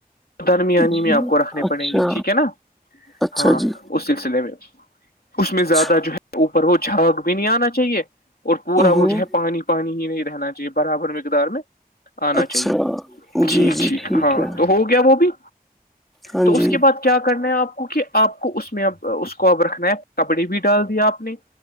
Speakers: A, on the left; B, in the centre.
A: درمیانی
B: جی
A: میں آپ کو رکھنے
B: اچھا
A: پڑیں گے ٹھیک ہے نا
B: اچھا
A: ہاں
B: جی
A: اس سلسلے میں اس میں
B: اچھا
A: زیادہ جو ہے اوپر وہ جھاگ بھی نہیں آنا چاہیے اور پورا وہ
B: ہوں
A: جو ہے پانی پانی ہی نہیں رہنا چاہیے برابر مقدار میں آنا
B: اچھا
A: چاہیے ٹھیک
B: جی جی
A: ٹھیک ہاں
B: ہے
A: تو ہو گیا وہ بھی
B: ہاں
A: تو اس
B: جی
A: کے بعد کیا کرنا ہے آپ کو کہ آپ کو اس میں اب اس کو اب رکھنا ہے کپڑی بھی ڈال دیا آپ نے